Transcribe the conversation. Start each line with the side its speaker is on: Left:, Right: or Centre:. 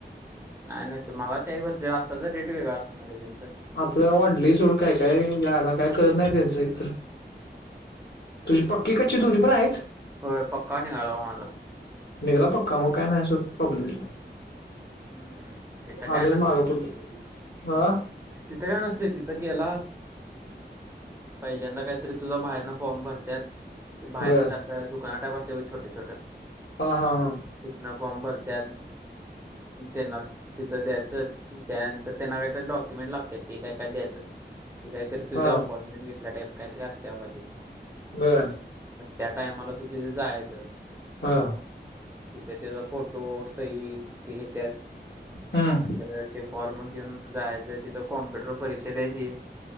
Right: नाय नाय तुम्हाला तेही बसले आत्ताच रेट वेगळा असणार आहे त्यांचं
Left: आता जरा वाढलय सोड काय काय गायला काय कर नाही त्यांचं एकतर तुझी पक्की कच्ची दो्नी पण आहेत.
Right: होय पक्का नि गाला वा माझा
Left: निघला पक्का मग काय नाही अस प्रॉब्लेम
Right: हम्म तिथं काय
Left: आम्हीच माग पडलोय अह.
Right: तिथे काय नसते तिथं गेलास. पहिल्यांदा काहीतरी तुझा बाहेरन फॉर्म भरत्यात ते बाहेर
Left: बर
Right: तिथ अस दुकाना टापस छोटे छोटं.
Left: हा हा हा.
Right: तिकन फॉर्म भरत्यात. त्यांना तिथं द्यायचं त्यानंतर त्यांना काहीत डॉक्युमेंट लागत ते काय काय द्यायचं. ती काहीतरी तुझं
Left: हा
Right: अपॉइंटमेंट घेतल्या टईप काहीतरी असते बाबा ती
Left: म
Right: मग त्या टायमाला तू तिथं जायचस
Left: हा
Right: तिथे त्याचा फोटो सई ते घेतात त्यानंत
Left: हम्म
Right: ते फॉर्म घेऊन जायचं तिथं कॉम्प्युटर परीक्षा द्यायची.